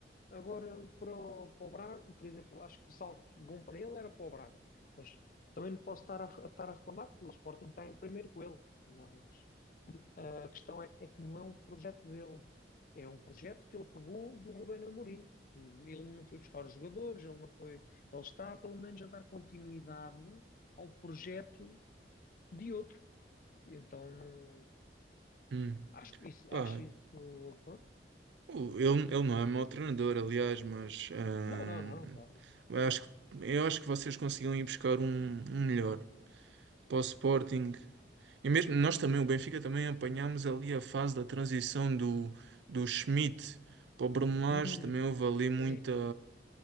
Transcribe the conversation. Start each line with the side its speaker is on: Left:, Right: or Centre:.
Left: Agora, para o, para o Braga, por exemplo, acho que o salto bom para ele era para o Braga. Mas também não posso estar a, a estar a reclamar que o Sporting está em primeiro com ele. Mas eh, a questão é, é que não é um projeto dele. É um projeto que ele pegou do Rubén Amorim. Que ele não foi buscar os jogadores, ele não foi... Ele está, pelo menos, a dar continuidade ao projeto de outro. E Então, não-
Right: Hum,
Left: acho que isso,
Right: pá,
Left: acho isso, pronto.
Right: O- Ele, ele não é mau treinador, aliás, mas hum,
Left: Não, não, não, claro.
Right: eu acho que, eu acho que vocês conseguiam ir buscar um, um melhor para o Sporting. E mesmo nós também, o Benfica também apanhámos ali a fase da transição do, do Schmidt para o Bruno Lage.
Left: Hum,
Right: Também houve ali
Left: sim,
Right: muita,
Left: sim.